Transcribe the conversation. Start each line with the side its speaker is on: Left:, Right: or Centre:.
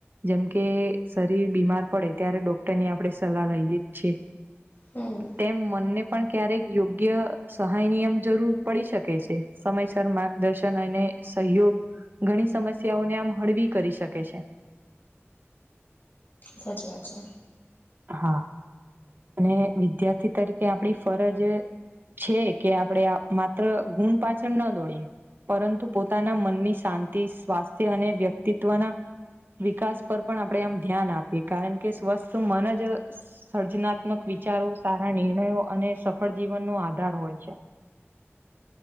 Right: જેમકે શરીર બીમાર પડે ત્યારે ડોક્ટર ની આપણે સલાહ લઈએ જ છીએ
Left: હમ
Right: તેમ મનને પણ ક્યારેક યોગ્ય સહાય નિમ જરૂર પડી શકે છે સમયસર માર્ગદર્શન અને સહયોગ ઘણી સમસ્યાઓને આમ હળવી કરી શકે છે
Left: સાચી વાત છે
Right: હા અને વિદ્યાર્થી તરીકે આપણી ફરજ છે કે આપણેે માત્ર ગુણ પાછળ ન દોડીએ પરંતુ પોતાના મનની શાંતિ સ્વાસ્થ્ય અને વ્યક્તિત્વના વિકાસ પર પણ આપણે આમ ધ્યાન આપીએ કારણ કે સ્વસ્થ મન જ સર્જનાત્મક વિચારો સારા નિર્ણયો અને સફળ જીવનનોો આધાર હોય છે